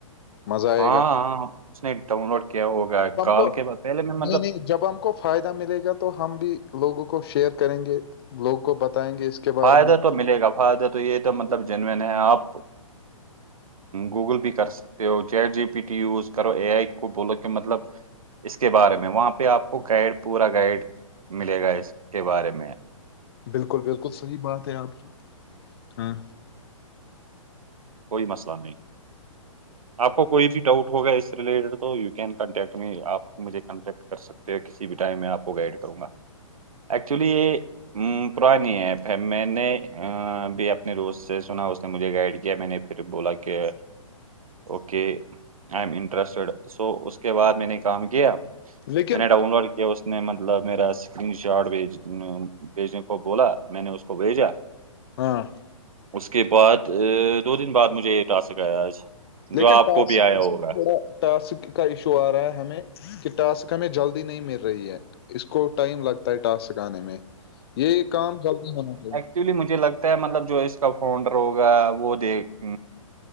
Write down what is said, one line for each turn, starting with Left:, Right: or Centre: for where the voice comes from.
Left: مزہ آئے
Right: ہاں
Left: گا
Right: ہاں
Left: خ
Right: اس نے ڈاؤن لوڈ کیا ہوگا کال
Left: کو
Right: کے بعد پہلے میں
Left: نہیں
Right: مطلب
Left: نہیں جب ہم کو فائدہ ملے گا تو ہم بھی لوگوں کو شیئر کریں گے لوگوں کو بتائیں گے اس کے بارے
Right: فائدہ
Left: میں
Right: تو ملے گا فائدہ تو یہ تو مطلب جینوین ہے آپ گوگل بھی کر سکتے ہو جیٹ جی پی ٹی یوز کرو اے آئی کو بولو کہ مطلب اس کے بارے میں وہاں پہ آپ کو گائڈ پورا گائڈ ملے گا اس کے بارے میں
Left: بالکل بالکل صحیح بات ہے آپ کی ہاں
Right: کوئی مسئلہ نہیں آپ کو کوئی بھی ڈاؤٹ ہوگا اس سے ریلیٹڈ تو یو کین کانٹیکٹ میں آپ مجھے کانٹیکٹ کر سکتے ہیں کسی بھی ٹائم میں آپ کو گائڈ کروں گا ایکچولی یہ ہ پرانی ایپ میں نے بھی اپنے دوست سے سنا اس نے مجھے گائڈ کیا میں نے پھر بولا کہ okay I am interested so اس کے بعد میں نے کام کیا
Left: لیکن
Right: میں نے ڈاؤن لوڈ کیا اس میں مطلب میرا اسکرین شاٹ بھیج بجائے کو بولا میں نے اس کو بھیجا
Left: ہاں
Right: اس کے بعد ا دو دن بعد مجھے یہ ٹاسک آیا آج
Left: لیکن
Right: جو آپ
Left: ٹاسک
Right: کو بھی آیا
Left: اس
Right: ہوگا
Left: میں تھوڑا ٹاسک کا ایشو آ رہا ہے ہمیں کہ ٹاسک ہمیں جلدی نہیں مل رہی ہے اس کو ٹائم لگتا ہے ٹاسک آنے میں یہی کام جلدی ہونا چاہیے
Right: اس لیے مجھے لگتا ہے مطلب جو اس کا فاؤڈر ہوگا وہ دیکھ